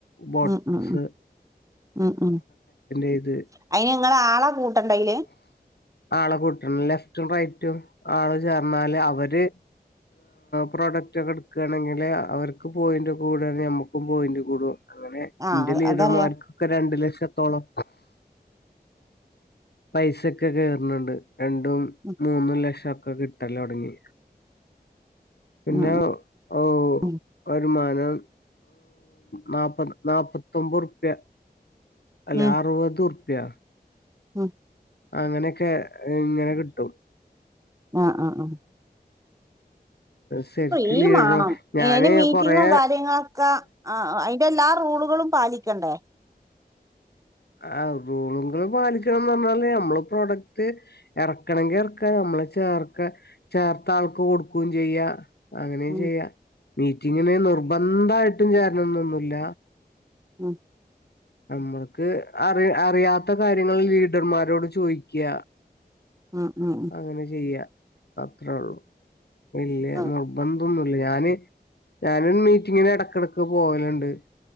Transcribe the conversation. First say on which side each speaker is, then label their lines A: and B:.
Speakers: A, on the left (about 75°); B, on the right (about 20°).
A: ബോട്ട്സ്
B: ഉം ഉം ഉം ഉം ഉം
A: ചെയ്ത്
B: അതിന് നിങ്ങൾ ആളെ കൂട്ടണ്ടെ അതില്
A: ആളെ കൂട്ടണം ലെഫ്റ്റും റൈറ്റും ആള് ചേർന്നാല് അവര് പ്രോഡക്റ്റ് ഒക്കെ എടുക്കുകയാണെങ്കിൽ അവർക്ക് പോയിന്റ് കൂടാണെങ്കിൽ ഞമ്മക്കും പോയിന്റ് കൂടും. അങ്ങനെ
B: ആഹ്
A: ഇന്റെ ലീഡർമാർക്ക്
B: അതറിയാം
A: ക്കെ രണ്ടു ലക്ഷത്തോളം പൈസൊക്കെ കേയറുന്നുണ്ട് രണ്ടും
B: ഉം
A: മൂന്നും ലക്ഷം ഒക്കെ കിട്ടല് തുടങ്ങി പിന്നെ
B: ഉം
A: ഓ
B: ഉം
A: വരുമാനം നാപത് നാപത്തൊമ്പത് ഉർപ്യാ അല്ല
B: ഉം
A: അറുപത് ഉറുപ്പ്യ
B: ഉം
A: അങ്ങനെയൊക്കെ ഇങ്ങനെ കിട്ടും.
B: ഉം ഉം ഉം
A: ശരിക്ക്
B: ഫ്രീ
A: ലീഡർ
B: മാണം
A: ഞാന്
B: അയിന് മീറ്റിങ്ങും
A: കൊറേ
B: കാര്യങ്ങളൊക്കെ ആ അതിന്റെ എല്ലാ റൂളുകളും പാലിക്കണ്ടേ
A: ആ റൂളുകൾ പാലിക്കണംന്ന് പറഞ്ഞാല് നമ്മള് പ്രൊഡക്റ്റ് ഇറക്കണെങ്കി ഇറക്കാ നമ്മള് ചേർത്ത ചേർത്ത ആൾക്ക് കൊടുക്കയും ചെയ്യാ അങ്ങനെയും
B: ഉം
A: ചെയ്യാം മീറ്റിങ്ങിന് നിർബന്ധയിട്ടും ചേരണന്നൊന്നുമില്ല.
B: ഉം
A: നമ്മക്ക് അറ അറിയാത്ത കാര്യങ്ങള് ലീഡർമാരോട് ചോദിക്കുക.
B: ഉം ഉം ഉ
A: അങ്ങനെ ചെയ്യാ അത്രേയുള്ളൂ വല്യ
B: ഉം
A: നിർബന്ധം ഒന്നുമില്ല ഞാന് ഞാനും മീറ്റിങ്ങിന് ഇടക്കിടക്ക് പോകലുണ്ട്.